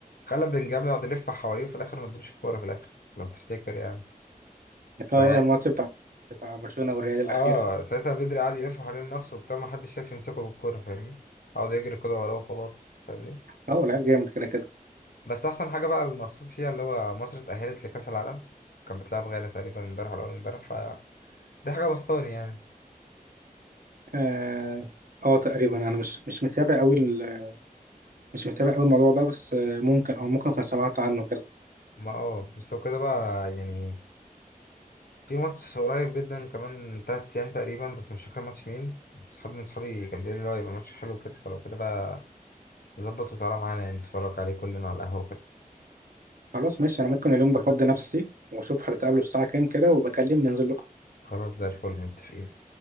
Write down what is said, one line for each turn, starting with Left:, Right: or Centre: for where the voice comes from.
Left: خلى بلينجهام يقعد يلف حواليه وفي الاخر ما ادوش الكورة في الاخر لو تفتكر يعني
Right: اه
Left: فيعني
Right: اه، الماتش بتاع بتاع برشلونة والريال الأخير
Left: اه ساعتها بدري قعد يلف حوالين نفسه وبتاع ما حدش شايف يمسكه بالكورة فاهمني؟ قعد يجري كده وراه وخلاص فاهمني؟
Right: اه هو لعيب جامد كده كده
Left: بس احسن حاجة بقى المبسوط فيها اللي هو مصر اتأهلت لكأس العالم كانت بتلعب غانا تقريبا امبارح ولا اول امبارح ف دي حاجة بسطاني يعني
Right: اه آه، تقريبا انا مش مش متابع قوي ال- مش متابع قوي الموضوع ده بس آه، ممكن او ممكن اكون سمعت عنه كده
Left: ما اه بس لو كده بقى يعني في ماتش قريب جدا كمان تلات أيام تقريبا بس مش فاكر ماتش مين بس صحاب من صحابي كان بيقول لي لا يبقى ماتش حلو كده فلو كده بقى نظبط وتعالى معانا يعني نتفرج عليه كلنا على القهوة كده
Right: خلاص ماشي انا ممكن اليوم ده افضي نفسي واشوف هتتقابلوا الساعة كام كده وبكلم ننزل
Left: خلاص زي الفل متفقين